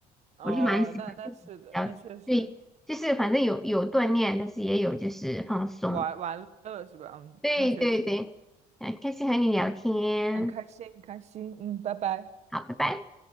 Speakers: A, on the right; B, in the centre.
A: 哦，
B: 我就蛮喜欢这种比较对，
A: 那那是的，那确实
B: 就是反正有有锻炼，但是也有就是放松。
A: 玩玩乐是吧？嗯，
B: 对对对，
A: 那确实
B: 很开心和你聊天，
A: 很开心，很开心。嗯，拜拜。
B: 好，拜拜。